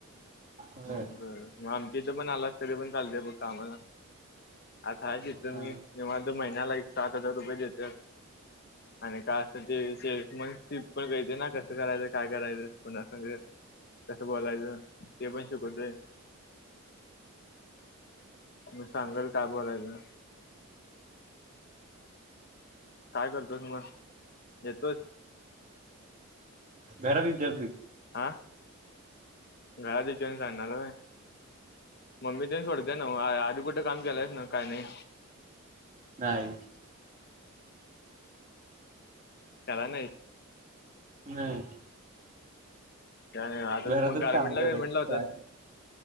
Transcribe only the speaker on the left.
बर म आम <inaudible> पण आला तरी पण चालते बघ कामाला, आता ह तिथ
मी निवां <inaudible> महिन्याला एक सात हजार रुपये देतात. आणि काय असत ते शेफमन - पण योजना कसं करायचं? काय करायचं? पुन्हा सांग. तसं बोलायचं ते पण शिकवते. मी सांगण काय बोलायचं. काय करतोस? मग येतोस?
ह घरातल्यांना विचारून सांगणार होय. मम्मी तेन सोडतीय ना आधी कुठे काम केलंयच ना काय नाही?
करायला नाहीच?
काय नाही आता
त मग गारमेंटला
बिरमेंटला म्हटलं
का म्हटलं होत?